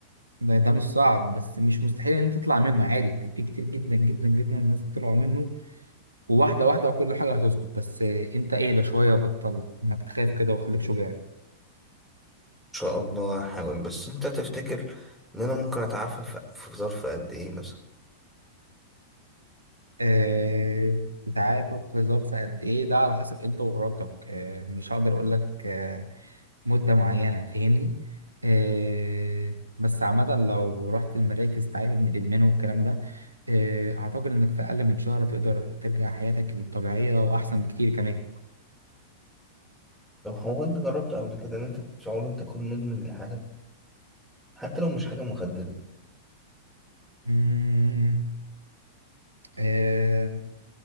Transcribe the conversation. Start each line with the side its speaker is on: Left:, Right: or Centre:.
Right: ده, ده مش صعب بس مش مستحيل ان انت تطلع منه عادي في كتير جدا جدا جدا الناس طلعوا منه وواحدة واحدة وكل حاجة هتظبط بس آه، انت اهدى شوية وبطل انك تخاف كده وخليك شجاع
Centre: شاء الله هحاول بس انت تفتكر ان انا ممكن اتعافى في في ظرف قد ايه مثلا
Right: آه، تتعافى في ظرف قد ايه ده على حسب انت وارادتك آه، مش هقدر اقول لك آه، مدة معينة فاهمني آه بس عامة لو رحت المراكز تعافي من الإدمان والكلام ده آه أعتقد إنك في أقل من شهر تقدر ترجع حياتك الطبيعية وأحسن بكتير كمان
Centre: طب هو انت جربت قبل كده ان انت شعور انت تكون مدمن لحاجة حتى لو مش حاجة مخدرة
Right: مم، آه